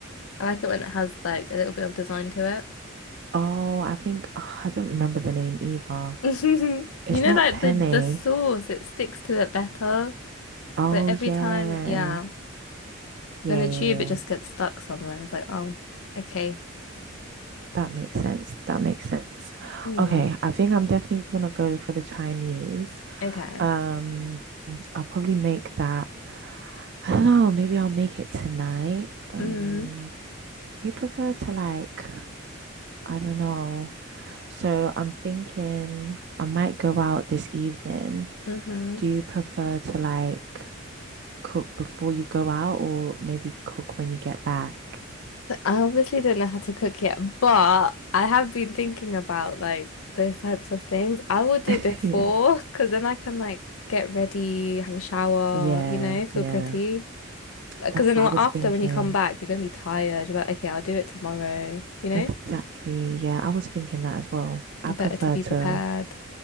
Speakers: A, on the left; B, on the right.
A: I like it when it has like a little bit of design to
B: Oh, I think oh, I don't remember the name either.
A: it. <laughs>
B: It's
A: You know,
B: not
A: like
B: penne.
A: the the sauce, it sticks to it better.
B: Oh
A: So every
B: yeah.
A: time, yeah,
B: Yeah,
A: when the
B: yeah,
A: tube it just
B: yeah.
A: gets stuck somewhere. and It's like, oh, okay,
B: That makes sense. That makes sense.
A: yeah,
B: Okay, I think I'm definitely gonna go for the Chinese.
A: okay,
B: Um, I'll probably make that. I don't know, maybe I'll make it tonight. Um,
A: mm,
B: do you prefer to like, I don't know. So I'm thinking I might go out this evening.
A: mm-hmm.
B: Do you prefer to like cook before you go out or maybe cook when you get back?
A: I obviously don't know how to cook yet, but I have been thinking about like those types of things. I will do
B: <laughs>
A: before
B: Yeah.
A: because then I can like get ready, have a shower,
B: Yeah,
A: you know, feel
B: yeah.
A: pretty. Because
B: That's
A: then
B: what I was
A: after
B: thinking.
A: when you come back, you're gonna be tired. You're like, okay, I'll do it tomorrow, you know?
B: Exactly. Yeah, I was thinking that as well. I
A: Better
B: prefer
A: to be
B: to,
A: prepared.